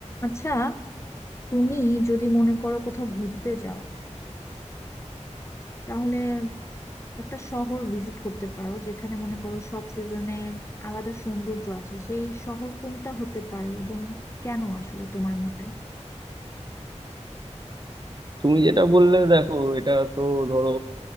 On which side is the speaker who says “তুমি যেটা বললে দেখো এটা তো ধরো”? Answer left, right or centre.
Right